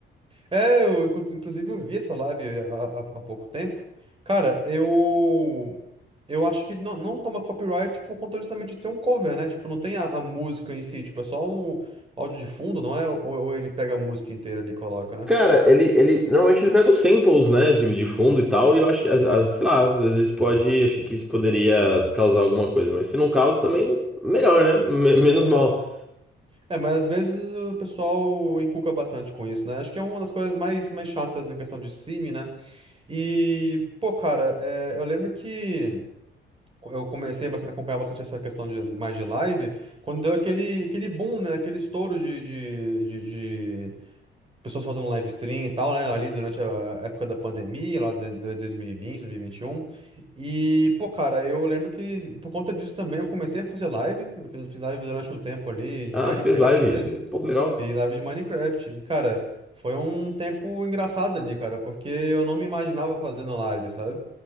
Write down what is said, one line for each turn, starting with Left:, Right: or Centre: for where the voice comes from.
Right: É, eu inclu- inclusive eu vi essa live há, há- há pouco tempo. Cara, eu. Eu acho que ele não, não toma copyright por conta justamente de ser um cover, né? Tipo, não tem a, a música em si, tipo, é só um áudio de fundo, não é? Ou, ou ele pega a música inteira ali e coloca, né?
Centre: Cara, ele, ele normalmente ele pega os samples, né, de, de fundo e tal, e eu acho que, às, às- sei lá, às vezes pode, acho que isso poderia causar alguma coisa, mas se não causa, também melhor, né? Me- menos mal.
Right: É, mas às vezes o pessoal encuca bastante com isso, né? Acho que é uma das coisas mais, mais chatas em questão de streaming, né? E, pô, cara, é, eu lembro que eu comecei a bas- acompanhar bastante essa questão de mais de live, quando deu aquele, aquele boom, né? Aquele estouro de, de, de, pessoas fazendo live stream e tal, né? Ali durante a época da pandemia, lá de de 2020, 2021. E, vinte, dois mil e vinte e um. E, pô, cara, eu lembro que por conta disso também eu comecei a fazer live. Eu fiz fiz live durante um tempo ali de
Centre: Ah,
Right: Minecraft
Centre: você fez live,
Right: mesmo.
Centre: que- pô, que legal.
Right: Fiz live de Minecraft. E, cara, foi um tempo engraçado ali, cara, porque eu não me imaginava fazendo live, sabe?